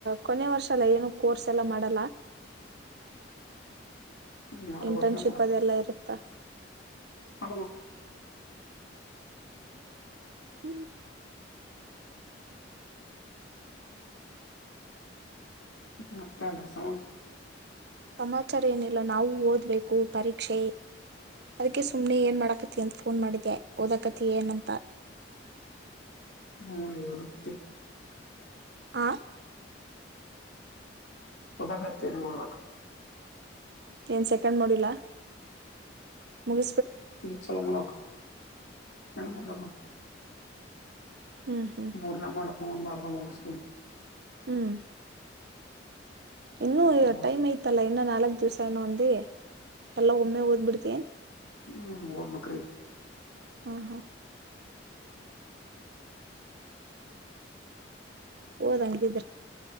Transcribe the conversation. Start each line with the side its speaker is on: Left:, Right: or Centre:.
Right: ಕೊನೆ ವರ್ಷ ಇಲ್ಲ ಏನು ಕೋರ್ಸ್ ಎಲ್ಲ ಮಾಡಲ್ಲ.
Left: ಹ್ಮ್ ಮಾಡ್ಬೇಕ್ರಿ
Right: ಇಂಟರ್ನ್ಶಿಪ್ ಅದೆಲ್ಲ ಇರುತ್ತಾ.
Left: ಅನಬೇಕು.
Right: ಹ್ಮ್
Left: ಹ ಮತ್ತೇನ್ ಸಮಚಾರ
Right: ಸಮಾಚಾರ ಏನಿಲ್ಲ ನಾವೂ ಓದ್ಬೇಕು ಪರೀಕ್ಷೆ ಅದಕ್ಕೆ ಸುಮ್ನೆ ಏನ್ ಮಾಡಾಕತಿ ಅಂತ ಫೋನ್ ಮಾಡಿದೆೆ ಓದಕತಿ ಏನಂತ
Left: ಹ್ಮರಿವದ ಮತ್ತೆ
Right: ಹ
Left: ಓಡಾಕತ್ತಿ ಇಲ್ವಾ
Right: ಏನ್ ಸೆಕೆಂಡ್ ಮಾಡೋಲಾ ಮುಗ
Left: ಈ ಚಲ ಮಾಡ ಮಾಡ
Right: ಹ್ಮ್ ಹ್ಮ್
Left: ಮೂರನೇ ಮಾಡಣ ಒಂದು ಅರ್ಥ ಮುಗಿಸ್ತೀ
Right: ಹ್ಮ್ ಇನ್ನುೂ
Left: ಅಷ್ಟು ಮುಗಿಸ್
Right: ಟೈಮ ಐತಲ್ಲ ಇನ್ನ ನಾಲ್ಕ್ ದಿವ್ಸ ಏನ ಅಂದ ಎಲ್ಲಾ ಒಮ್ಮೆ ಓದ್ಬ ಬಿಡ್ತೇನ್
Left: ಹ್ಮ್ ಓಡ್ಬೇಕ್ ರಿ
Right: ಹಾ ಹಾ ಹ ಓದ್ಂಗಿದ್ರೆ